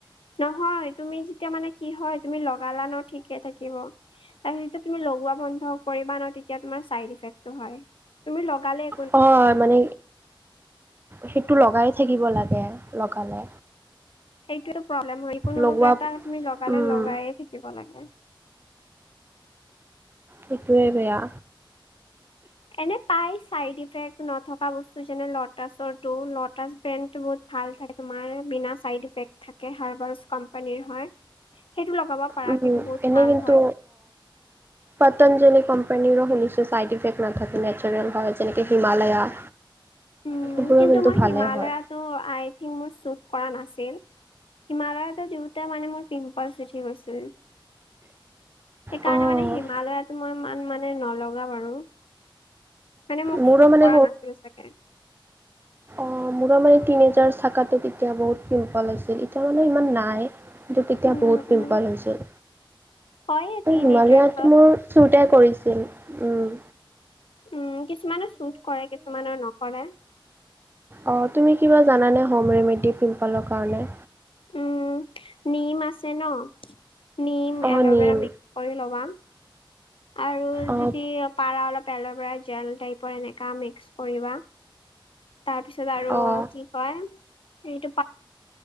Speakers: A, on the left (about 85°); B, on the right (about 25°).
A: নহয় তুমি যেতিয়া মানে কি হয় তুমি লগালা ন ঠিকে থাকিব। তাৰপিছত তুমি লগোৱা বন্ধ কৰিবা ন, তেতিয়া তোমাৰ চাইদ এফেক্ট টো হয়। তুমি লগালেই
B: হয়, মানে সেইটো লগাই থাকিব লাগে লগালে।
A: সেইটো প্ৰব্লেম হয় কোনো
B: লগোৱা
A: বস্তু এটা তুমি লগালে
B: উম,
A: লগাই থাকিব লাগে।
B: সেইটোৱেই বেয়া।
A: এনে পাই ছাইড ইফেক্ট নথকা বস্তু যেনে লটাছৰটো, লটাছ ব্ৰেণ্ডটো বহুত ভাল থাকে তোমাৰ বিনা চাইড এফেক্ট থাকে, হাৰ্বেল কোম্পানীৰ হয়। সেইটো লগাব পাৰা
B: উম,
A: সেইটো বহুত
B: এনেই
A: ভাল
B: কিন্তু
A: হয়।
B: পতঞ্জলি কোম্পানীৰো শুনিছো চাইড ইফেক্ট নাথাকে নেচাৰেল হয়, যেনেকে হিমালয়া।
A: উম,
B: সেইবোৰো
A: কিন্তু মই
B: ভালে
A: হিমালয়ত
B: হয়।
A: ত' আই থিংক মোৰ শুট কৰা নাছিল। হিমালয়ত দিওঁতে মানে মোৰ পিম্পল হৈ গৈছিল। সেইকাৰণে
B: অঁ
A: মানে হিমালয়টো মই ইমান মানে নলগা বাৰু। মানে মোক
B: মোৰো
A: শ্বুট
B: মানে
A: কৰা নাছিল চাগে।
B: অ, মোৰো মানে তিনি এজাৰ চখাতে তেতিয়া বহুত পিম্পল আছিল, এতিয়া মানে ইমান নাই। কিন্তু তেতিয়া
A: উম
B: বহুত পিম্পল
A: উম
B: হৈছিল,
A: হয়ে টিনেজাৰ্চত
B: হিমালয়টো মোৰ শ্বুটে কৰিছিল। উম,
A: উম, কিছুমানে চোট কৰে কিছুমানৰ নকৰে।
B: অ, তুমি কিবা জানে হোম ৰেমেডি পিম্পলৰ কাৰণে?
A: উম নিম আছে ন, নিম
B: অঁ
A: এল'ভেৰা
B: নিম
A: মিক্স কৰি ল'বা। আৰু
B: অঁ
A: যদি পাৰা অলপ এলৰ পৰা জেল টাইপৰ এনেকা মিক্স। কৰিবা, তাৰপিছত আৰু
B: অঁ
A: কি? হয়, এইটো